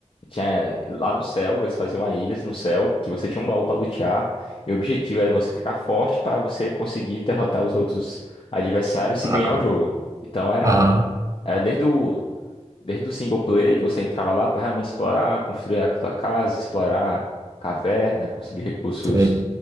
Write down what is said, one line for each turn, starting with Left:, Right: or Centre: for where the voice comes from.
Left: tinha lá no céu, eles faziam uma ilhas no céu que você tinha um baú para lutear, e o objetivo é você ficar forte para você conseguir derrotar os outros adversários
Right: Ah,
Left: e ganhar o jogo. Então era
Right: ah,
Left: era desde o desde o single player que você entrava lá para realmente explorar, construir a sua casa, explorar caverna, conseguir recursos
Right: sei.